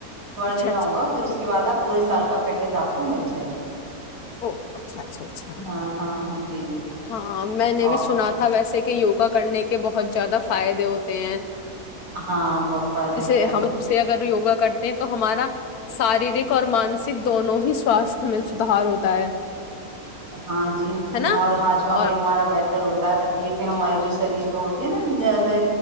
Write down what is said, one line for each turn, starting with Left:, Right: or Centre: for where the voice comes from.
Right: دینا
Left: اچھا
Right: ہوگا پھر اس کے بعد آپ پورے سال کا پیکیج آپ کو مل جائے گا
Left: او اچھا اچھا اچھا
Right: ہاں ہاں ہو ج جی
Left: ہاں میں نے بھی
Right: اور
Left: سنا تھا ویسے کہ یوگا کرنے کے بہت زیادہ فائدے ہوتے ہیں
Right: ہاں بہت فائدے
Left: جسے
Right: ہوتے ہیں
Left: ہم سے اگر یوگا کرتے ہیں تو ہمارا شاریرک اور مانسک دونوں ہی سواستھ میں سدھار ہوتا ہے
Right: ہاں جی
Left: ہے نا
Right: اور ہاج
Left: اور
Right: ھی ہمارا بیٹھا ر ہوتا ہے تکلیفیں ہماری جو شریر میں ہوتی ہے نا جیسے